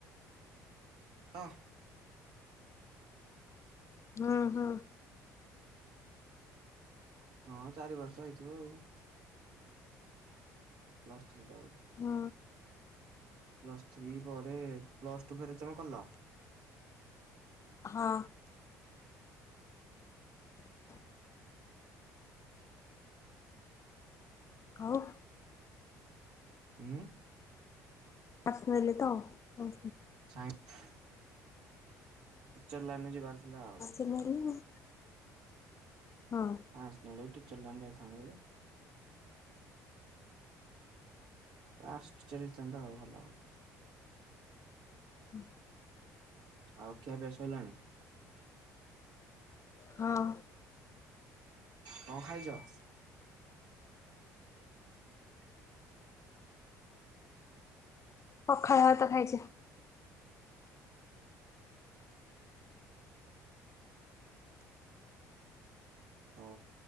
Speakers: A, on the right; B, on the left.
A: ହଁ।
B: ହଁ, ହଁ।
A: ହଁ, ଚାରି ବର୍ଷ ହେଇଥିବ ଆଉ। ପ୍ଲସ୍ ଥ୍ରୀଟା ଆଉ।
B: ହଁ।
A: ପ୍ଲସ୍ ଥ୍ରୀ ପରେ, ପ୍ଲସ୍ ଟୁ ଫେରେ ତୁମେ କଲ?
B: ହଁ। ଖାଉ
A: ଉଁ?
B: ଆର୍ଟ୍ସ ନେଲି ତ, ହଉ।
A: ସାଇନ୍ସ ଟିଚର ଲାଇନରେ ଯିବାରଥିଲା ଆଉ।
B: <unintelligible> ହଁ।
A: ଆର୍ଟ୍ସ ନେଲେ ଟିଚର ଲାଇନ ଯାଇଥାନ୍ତା ଯେ। ଆର୍ଟ୍ସ ଟିଚର ହେଇଥାନ୍ତ ଆଉ ଭଲ ଭଲ।
B: ହୁଁ।
A: ଆଉ ଖିଆପିଆ ସଇଲାଣି?
B: ହଁ।
A: କଣ ଖାଇଛ?
B: ପଖାଳ ଭାତ ଖାଇଛି।
A: ହଉ।